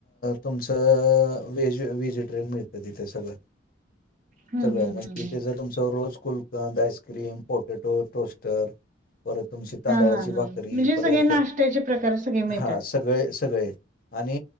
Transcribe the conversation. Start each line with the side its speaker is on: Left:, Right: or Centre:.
Left: तुमचं व्हेज व्हेजिटेरियन मिळत. तितंय सगळं.
Right: हं,
Left: सगळं
Right: हं,
Left: म्हणजेथे
Right: हं, हं.
Left: जर तुमचं रोज कुलकंद, आईस्क्रीम, पोटॅटो, टोस्टर, परत तुमची तांदळाची
Right: हां, हां, हां.
Left: भाकरी
Right: म्हणजे
Left: परत
Right: सगळे नाश्त्याचे प्रकार सगळे मिळतात.
Left: हा सगळे सगळे आणि